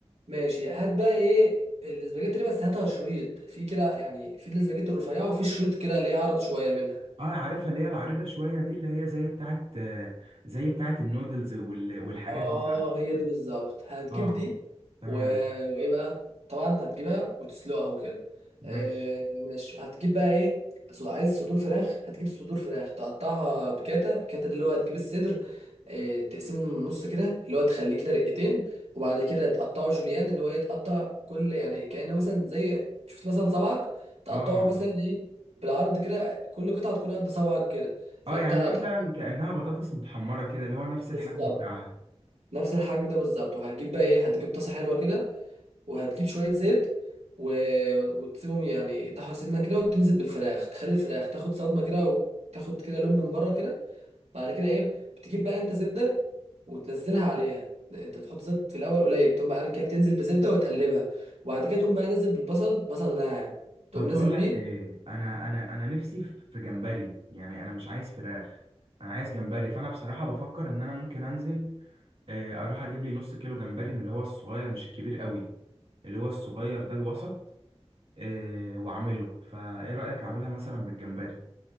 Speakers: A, on the right (about 80°); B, on the right (about 60°).
A: ماشي هات بقى ايه السباجيتي دي بس هاتها شريط في كده يعني في السباجيتي الرفيعه وفي شريط كده ليه عرض شويه منها
B: اه عارفها اللي هي العريضة شوية دي اللي هي زي بتاعت آه، زي بتاعت النودلز وال... والحاجات
A: اه
B: دي صح؟
A: هي دي بالظبط هتجيب
B: اه
A: دي
B: تمام
A: و... وايه بقى طبعا هتجيبها وتسلقها وكده
B: ماشي
A: آه ماشي هتجيب بقى ايه ص- عايز صدور فراخ هتجيب صدور فراخ تقطعها بكاتا بكاتا ده اللي هو هتجيب الصدر آه تقسمه من النص كده اللي هو تخليه كده رقتين وبعد كده تقطعه جوليان اللي هو ايه تقطع كل يعني كأنه مثلا زي شفت مثلا صبعك تقطعه
B: اه
A: مثلا ايه بالعرض كده كل قطعة تكون قد صبعك كده فانت
B: اه يعني
A: تقطعه
B: مثلا كأنها بطاطس متحمرة كده اللي هو نفس الحجم
A: بالظبط
B: بتاعها
A: نفس الحجم ده بالظبط وهتجيب بقى ايه هتجيب طاسه حلوه كده وهتجيب شويه زيت و... وتسيبهم يعني يضحوا سنه كده وتنزل بالفراخ تخلي الفراخ تاخد صدمه كده وتاخد كده لون من بره كده بعد كده ايه بتجيب بقى انت زبده وتنزلها عليها انت تحط زيت في الاول قليل تقوم بقى عامل كده بتنزل بزبده وتقلبها وبعد كده تقوم بقى نازل بالبصل بصل ناعم تقوم
B: طب
A: نازل
B: بقول لك
A: بيه
B: ايه انا انا انا نفسي في في جمبري يعني انا مش عايز فراخ انا عايز جمبري فانا بصراحه بفكر ان انا ممكن انزل آه، اروح اجيب لي نص كيلو جمبري من اللي هو الصغير مش الكبير قوي اللي هو الصغير ده الوسط آه، واعمله فايه رايك اعملها مثلا بالجمبري